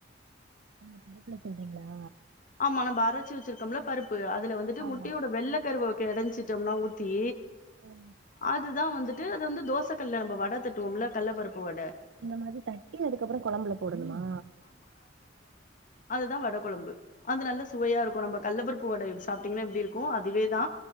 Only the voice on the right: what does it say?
அந்த பருப்புல சொல்றீங்களா
ஆமா
ம்,
இந்த மாரி தட்டி அதுக்கப்றோ கொழம்புல போடணுமா